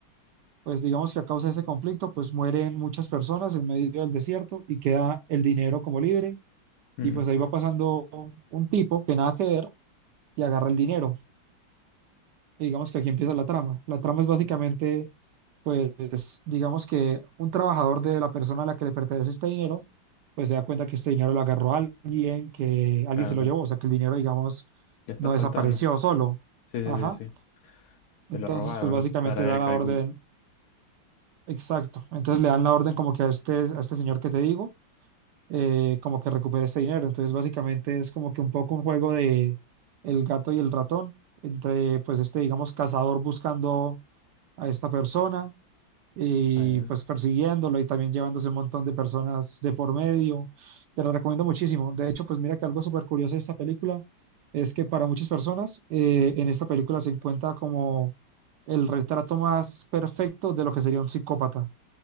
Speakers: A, on the right; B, on the left.
A: Pues digamos que a causa de ese conflicto, pues mueren muchas personas en medio del desierto y queda el dinero como libre
B: Mm,
A: Y pues ahí va pasando un tipo que nada que ver y agarra el dinero. Y digamos que aquí empieza la trama. La trama es básicamente, pues, digamos que un trabajador de la persona a la que le pertenece este dinero, pues se da cuenta que este dinero lo agarró alguien, que alguien
B: claro,
A: se lo llevó,
B: que
A: o sea, que el dinero, digamos,
B: le está
A: no
B: faltando.
A: desapareció solo.
B: Sí, sí,
A: Ajá.
B: sí, sí.
A: Entonces,
B: Se lo robaron
A: pues básicamente
B: <laughs> para
A: da
B: el
A: la
B: cálculo.
A: orden, exacto. Entonces le dan la orden como que a este, a este señor que te digo eh, como que recupere este dinero. Entonces, básicamente es como que un poco un juego de el gato y el ratón, entre pues este, digamos, cazador buscando a esta persona y
B: Está bien.
A: pues persiguiéndolo y también llevándose un montón de personas de por medio. Te la recomiendo muchísimo. De hecho, pues mira que algo súper curioso de esta película es que para muchas personas eh, en esta película se encuentra como el retrato más perfecto de lo que sería un psicópata.